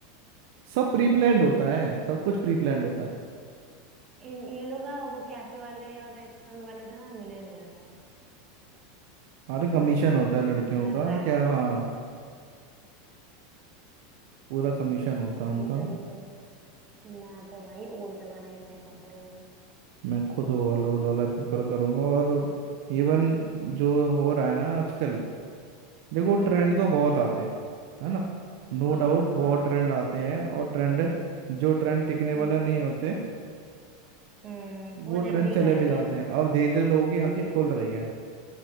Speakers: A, on the right (about 65°); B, on the right (about 35°).
A: सब
B: वही
A: प्री
B: है।
A: प्लान्ड होता है सब कुछ प्री प्लान्ड होता है
B: इन ये लोग ना वो कैफे वाले और रेस्टोरेंट वाले से ना मिले हुए होते हैं
A: अरे कमीशन
B: तभी तो पूरा
A: होता है लड़कियों
B: इनका
A: का
B: रैक
A: क्या हाँ पूरा कमीशन होता
B: वही
A: है उनका
B: तो दिक्कत है मैं तो भाई ओल्ड वाला ही प्रेफर करूंगी
A: मैं खुद ओवरलोड वाला वाला प्रेफर करूंगा और इवन जो हो रहा है ना आजकल देखो
B: हम्म
A: ट्रेंड तो बहुत आते हैं है ना नो
B: हाँ
A: डाउट बहुत
B: हाँ
A: ट्रेंड आते हैं और ट्रेंड जो ट्रेंड टिकने
B: हम्म
A: वाला नहीं होते
B: हम्म वो
A: वो ट्रेंड
B: जल्दी
A: चले
B: गायब
A: भी
B: भी
A: जाते
B: हो जाते
A: हैं अब
B: हैं
A: धीरे धीरे लोगों की आंखें खुल रही है